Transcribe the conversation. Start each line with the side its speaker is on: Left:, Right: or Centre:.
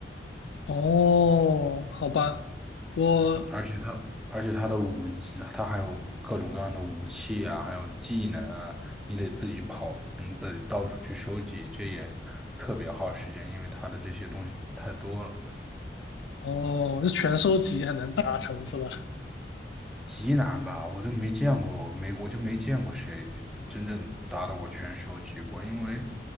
Left: 哦，好吧，我
Centre: 而且它，而且它的武器，他还有各种各样的武器啊，还有技能啊，你得自己跑，你得到处去收集，这也特别耗时间，因为它的这些东西太多了，
Left: 哦，是全收集很难达成是吧？
Centre: 极难吧？我就没见过，没，我就没见过谁真正达到过全收集过，因为